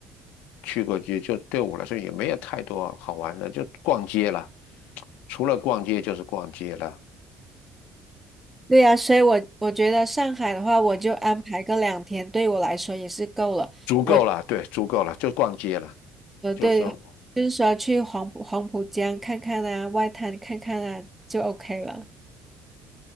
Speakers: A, on the left; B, in the centre.
A: 去过街，就对我来说也没有太多好玩的，就逛街了。除了逛街就是逛街了，
B: 对呀，所以我我觉得上海的话，我就安排个两天，对我来说也是够了。
A: 足够了，
B: 我。
A: 对，足够了，就逛街了。
B: 呃，
A: 就说，
B: 对，就是说去黄浦黄浦江看看啊，外滩看看啊，就 OK 了，